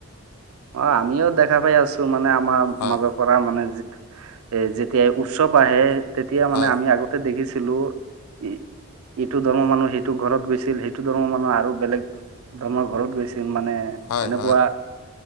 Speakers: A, on the right; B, on the left.
A: অ' আমিও দেখা পাই আছোঁ,। মানে আমাৰ
B: হয়
A: মাজত পৰা মানে এ যেতিয়া উৎসৱ আহে, তেতিয়া
B: হয়
A: মানে আমি আগত দেখিছিলোঁ। উম ইটো ধৰ্মৰ মানুহ সিটো ঘৰত গৈছিল। সেইটো ঘৰৰ মানুহ আৰু বেলেগ- আমাৰ ঘৰত গৈছিল, মানে-
B: হয়-
A: এনেকুৱা
B: হয়।